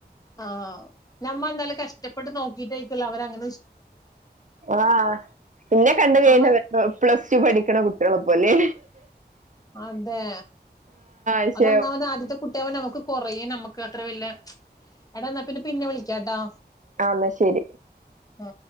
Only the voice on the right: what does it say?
ആ ന്നെ കണ്ട് കഴിഞ്ഞ
പ്ലസ് ടു പഠി ക്കണ കുട്ട്യാളെ പോലെ
പക്ഷെ
ആഹ് എന്നാ ശരി